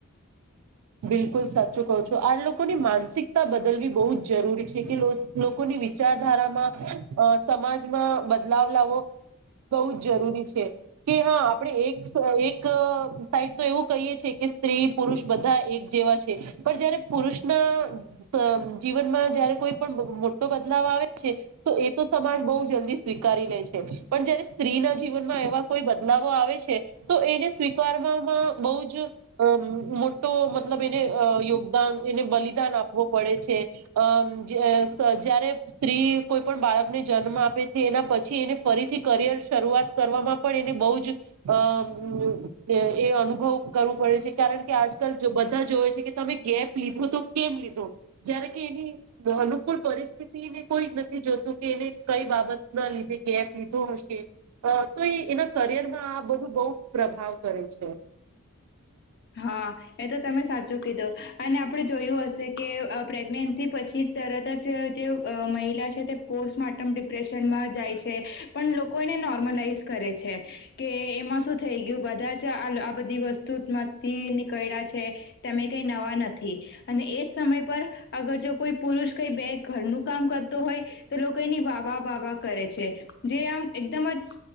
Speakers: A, on the right; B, on the left.
A: બિલકુલ સાચું કહો છો આ લોકોની માનસિકતા બદલવી બહુ જ જરૂરી છે કે લોકોની વિચારધારામાં અ સમાજમાં બદલાવ લાવો બહુ જ જરૂરી છે કે હા આપણે એક એક સાઈડ તો એવું કહીએ છીએ કે સ્ત્રી પુરુષ બધા એક જેવા છે પણ જયારે પુરુષના જીવનમાં જયારે કોઈ પણ મોટો બદલાવ તો આવે છે એ તો સમાજ બહુ જલ્દી સ્વીકાર લે છે પણ જયારે સ્ત્રી ના જીવનમાં એવા કોઈ બદલાઓ આવે છે તો એને સ્વીકારવામાં બહુ જ મોટો મતલબ એને યોગદાન એને બલિદાન આપવું પડે છે આમ જ જ્યારે સ્ત્રી કોઈ પણ બાળકને જન્મ આપે છે એના પછી એને ફરીથી કરિયર શરૂઆત કરવામાં પણ બહુ જ અ મુઉ એ અનુભવ કરવો પડે છે કારણ કે આજકાલ જો બધા જોવે છે કે તમે ગેપ લીધો તો કેમ લીધો જ્યારે કે એની અનુકૂળ પરિસ્તિ કોઈ નથી જોતું કે એને કઈ બાબત ના લીધે ગેપ લીધો હશે તો એના કરિયર માં આ બધું બહુ પ્રભાવ કરે છે
B: હા એ તો તમે સાચું કીધું અને આપણે જોયું હશે કે પ્રેગ્નેન્સી પછી તરત જ જે મહિલા છે તે પો પોસ્ટમોર્ટમ ડિપ્રેશનમાં જાય છે પણ લોકો એને નોર્મલાઈઝ કરે છે કે એમાં શું થઈ ગયું બધા જ આ આ બધી વસ્તુમાં થી નીકળ્યા છે તમે કઈ નવા નથી અને એજ સમય પર અગર જો કોઈ પૂર પ્રુરુસ કઈ બે ઘરનુંહુ કામ કરતો હોય તો લોકો એની વાવા વાવા કરે છે જે આમ એકદમ જ